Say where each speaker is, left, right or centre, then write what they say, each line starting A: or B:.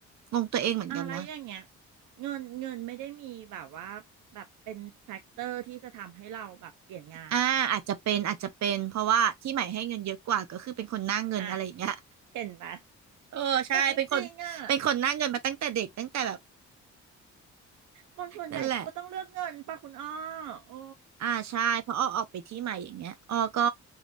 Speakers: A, on the right; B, on the right.
A: งงตัวเองเหมือนกันนะ
B: อะไรอย่างเงี้ยเงินเงินไม่ได้มีแบบว่าแบบเป็นแฟกเตอร์ที่จะทำให้เราแบบเปลี่ยนงานเหรอ
A: อ่าอาจจะเป็นอาจจะเป็นเพราะว่าที่ใหม่ให้เงินเยอะกว่าก็คือเป็นคนหน้าเงินอะไรอย่างเงี้ย
B: อ่ะเห็นไหม
A: เออใช่เป็นคนเป็นคนหน้าเงินมาตั้งแต่เด็กตั้งแต่แบบ
B: แต่จริงๆอ่ะ คนส่วนใหญ่เขาก็ต้องเลือกเงินป่ะคุณอ้อ
A: นั่นแหละ
B: โอ้
A: อ่าใช่เพราะอ้อออกไปที่ใหม่อย่างเงี้ยอ้อก็